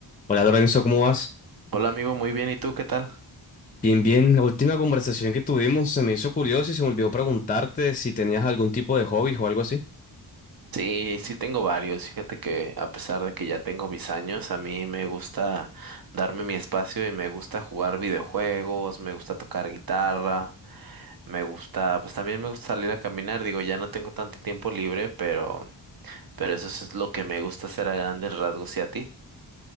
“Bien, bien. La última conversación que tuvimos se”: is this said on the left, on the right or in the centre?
Left